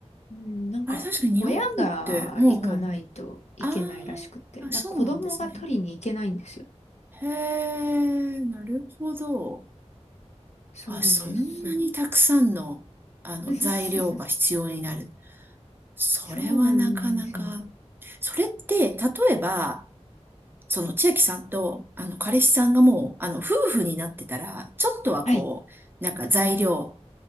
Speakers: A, on the left (about 70°); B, on the right (about 20°).
A: うん、なんか、
B: あれ確かに日本って、
A: 親が行かないといけないらしくて、
B: ほうほうほう。あーあ、
A: なんか子供が取りに行けないんですよ。
B: そうなんですね。へえ、なるほど。
A: そうです、
B: あ、そんなにたくさんの、
A: <laughs> そう。
B: あの、
A: <laughs>
B: 材料が必要になる。それはなかなか。
A: そうなんですよ。
B: それって、例えば、その千秋さんと、あの、彼氏さんがもう、あの、夫婦になってたら、ちょっとはこう、
A: はい。
B: なんか材料